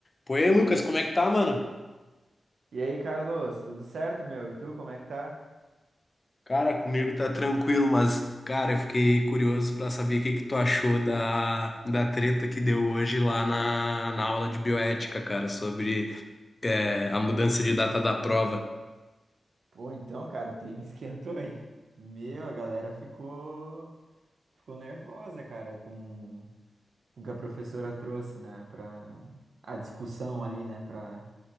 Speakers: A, on the left; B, on the right.
A: Pô, e aí, Lucas, como é que tá, mano?
B: E aí, Carlos, tudo certo, meu? E tu, como é que tá?
A: Cara, comigo tá tranquilo, mas, cara, eu fiquei curioso pra saber o que que tu achou da, da treta que deu hoje lá na, na aula de bioética, cara, sobre é, a mudança de data da prova.
B: Pô, então, cara, o clima <laughs> esquentou, aí. Meu, a galera ficou, ficou nervosa, cara, com com o que a professora trouxe, né, pra a discussão ali, né, pra,